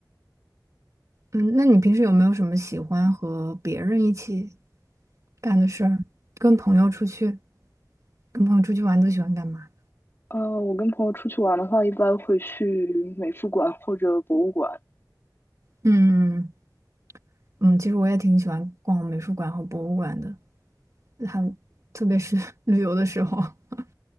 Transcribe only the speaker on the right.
嗯，那你平时有没有什么喜欢和别人一起干的事儿？跟朋友出去，跟朋友出去玩都喜欢干嘛？
嗯嗯，其实我也挺喜欢逛美术馆和博物馆的，还特别是 <laughs> 旅游的时候。<laughs>